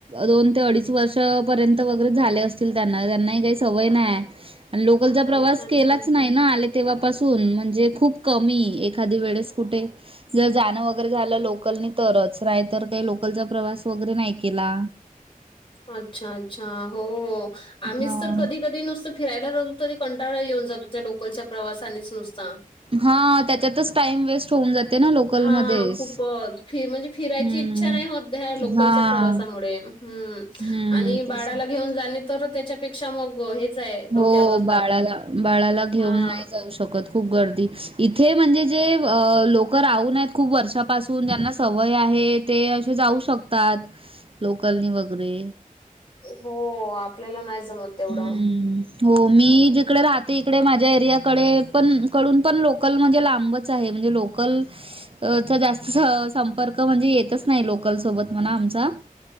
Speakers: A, on the right; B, on the left.
A: दोन ते अडीच वर्ष पर्यंत वगैरे झाले असतील त्यांना त्यांनाही काही सवय नाही लोकलचा
B: अच्छा,
A: प्रवास
B: अच्छा.
A: केलाच नाही ना? तेव्हापासून म्हणजे खूप कमी एखादी वेळेस कुठे जर जाणं वगैरे झालं लोकलनी तरच नाही तर ते लोक लोकलचा प्रवास वगैरे नाही केला.
B: अच्छा अच्छा हो आम्हीच
A: हां.
B: तर कधी कधी नुसत. फिरायला जातो तरी कंटाळा येऊन जातो त्या लोकलच्या प्रवासानेच नुसता.
A: हा त्याच्यातच टाइम वेस्ट होऊन जाते. ना लोकलमध्येच.
B: हा खूपच फि म्हणजे फिरायची
A: हं.
B: इच्छा नाही होत लोकलच्या
A: हां.
B: प्रवासामुळे हम्म
A: हं.
B: आणि
A: तेच
B: बाळाला
A: ना.
B: घेऊन जाणे तर त्याच्यापेक्षा मग हेच आहे डोक्यावर
A: हो बाळाला
B: ताप.
A: बाळाला घेऊन
B: हां.
A: नाही जाऊ शकत. खूप गर्दी इथे म्हणजे जे लोक राहू नयेत. खूप वर्षापासून ज्यांना सवय आहेत. ते अशे जाऊ शकतात लोकलने वगैरे.
B: हो आपल्याला नाही जमत. तेवढं.
A: हम्म. हो मी जिकडे राहते इकडे माझ्या एरियाकडे पण कडून पण लोकल म्हणजे लांबच आहे म्हणजे लोक लोकलचा जास्त संपर्क म्हणजे येतच नाही लोकल सोबत म्हणा आमचा.